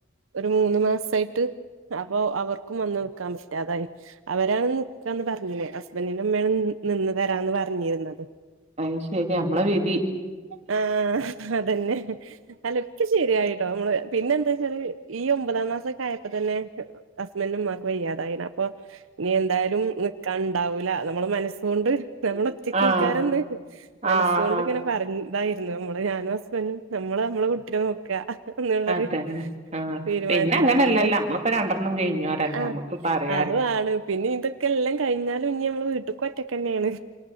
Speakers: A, on the right; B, on the right.
A: ഒരു മൂന്ന് മാസായിട്ട് അപ്പൊ അവർക്കും വന്ന് നിക്കാൻ പറ്റാതായി അവരാണ് നിക്കാന്ന് പറഞ്ഞിർന്നത് ഹസ്ബന്റിന്റെ ഇമ്മേണ് നിന്ന് തരാന്ന് പറഞ്ഞിരുന്നത്
B: അത് ശരി നമ്മളെ വിധി
A: ഹെ അതന്നെ അലും ക്ക് ശരിയായിട്ടോ നമ്മള് പിന്നെ എന്താ വെച്ചാല് ഈ ഒമ്പതാം മാസൊക്കെ ആയപ്പോ തന്നെ. ഹസ്ബന്റിന്റെ ഉമ്മാക്ക് വയ്യാതായിന് അപ്പൊ. നീ എന്തായാലും നിക്കാ ഇണ്ടാവൂല നമ്മള മനസ്സ് കൊണ്ട് നമ്മള ഒറ്റക്കുനിക്കാരെന്ന്
B: ആഹ്
A: മനസ്സൊണ്ട്
B: ആഹ്
A: ഇങ്ങനെ പറഞ്ഞ് ഇതായിരുന്നു നമ്മള് ഞാനും ഹസ്ബൻന്റു നമ്മള് നമ്മളെ കുട്ടിയെ നോക്കാ എന്നുള്ളരു
B: അതന്നെ ആഹ്
A: തീരുമാനത്തിലാ
B: പിന്നെ അങ്ങനെയല്ലല്ലോ
A: അതുകൊണ്ട്
B: നമ്മളിപ്പോ രണ്ടെണ്ണം കഴിഞ്ഞോരല്ലേ
A: ആഹ്
B: നമ്മുക്കിപ്പ അറിയാലോ
A: അതുമാണ് പിന്നെ ഇതൊക്കെ എല്ലാ കഴിഞ്ഞാലും ഇനി നമ്മൾ വീട്ടക്ക് ഒറ്റക്ക്‌ തന്നെയാണ്